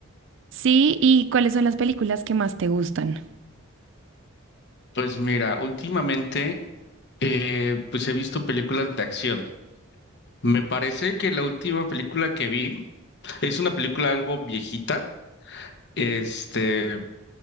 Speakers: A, on the right; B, on the left.
A: Sí, ¿y cuáles son las películas que más te gustan?
B: Pues mira, últimamente eh, pues he visto películas de acción. Me parece que la última película que vi es una película algo viejita. Este,